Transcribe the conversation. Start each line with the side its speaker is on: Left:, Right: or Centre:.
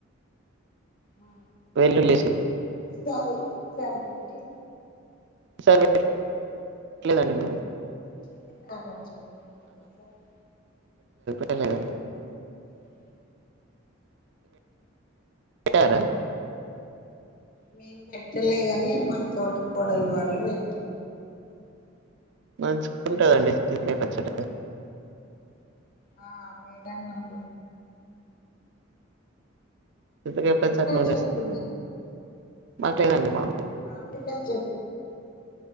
Left: ఆ!
Right: వెల్లుల్లి ఏసి
Left: ఈసారి ఈసారి పెట్టి
Right: సర్లే పెట్టలేదండి మేము
Left: చింతకాయ పచ్చడి పెట్టేలా ఈసారి
Right: పెలేదండి
Left: ఓే
Right: టారా
Left: మేం పెట్టలేగాని మా తోటి కోడలు వాళ్ళు పెట్టి
Right: మంచుకుంటుదండి
Left: మొన్నటి
Right: స్థితిరేపచ్చట
Left: రోజు ఆ మేడం నమ్
Right: ఇగా పెద్ద చార్స్తుంది
Left: చెట్టు
Right: బట్లేదండి మా
Left: మా క చే